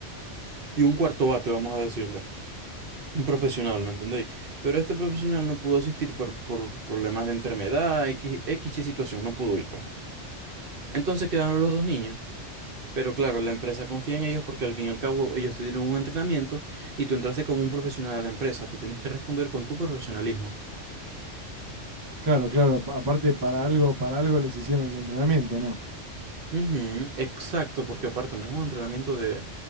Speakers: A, on the right; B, on the right.
A: y un cuarto bate, vamos a decirle. Un profesional, ¿me entendéis? Pero este profesional no pudo asistir por, por problemas de enfermedad, X, X y situación, no pudo ir, pues. Entonces quedaron los dos niños. Pero claro, la empresa confía en ellos porque al fin y al cabo ellos te dieron un entrenamiento y tú entraste como un profesional a la empresa. Tú tienes que responder con tu profesionalismo.
B: Claro, claro, pa- aparte para algo, para algo les hicieron el entrenamiento, ¿no?
A: Ujú, exacto, porque aparte no es un entrenamiento de,